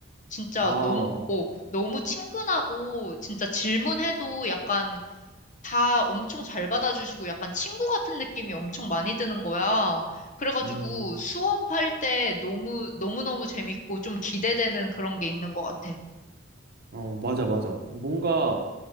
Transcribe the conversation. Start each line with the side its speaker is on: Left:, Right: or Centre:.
Left: 진짜
Right: 아,
Left: 너무, 어, 너무 친근하고 진짜 질문해도 약간 다 엄청 잘 받아주시고 약간 친구 같은 느낌이 엄청 많이 드는 거야. 그래가지고
Right: 음,
Left: 수업할 때 너무, 너무너무 재밌고 좀 기대되는 그런 게 있는 것 같아.
Right: 어, 맞아, 맞아. 뭔가